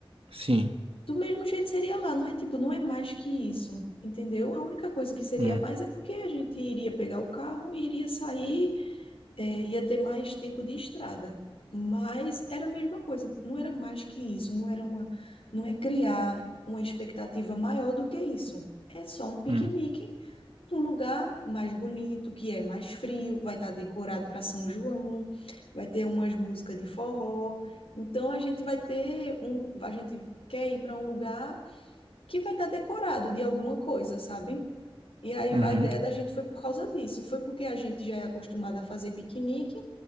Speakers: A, on the right; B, on the left.
A: Sim.
B: Do mesmo jeito seria lá, não é tipo, não é mais que isso, entendeu? A única coisa que seria
A: Hum,
B: mais é porque a gente iria pegar o carro, iria sair é, ia ter mais tempo de estrada. Mas era a mesma coisa, não era mais que isso, não era uma, não é criar uma expectativa maior do que isso. É só um piquenique
A: hum,
B: num lugar mais bonito, que é mais frio, vai estar decorado para São João, vai ter umas músicas de forró. Então a gente vai ter um, a gente quer ir para um lugar que vai estar decorado de alguma coisa, sabe? E aí
A: uhum,
B: a ideia da gente foi por causa disso, foi porque a gente já é acostumada a fazer piquenique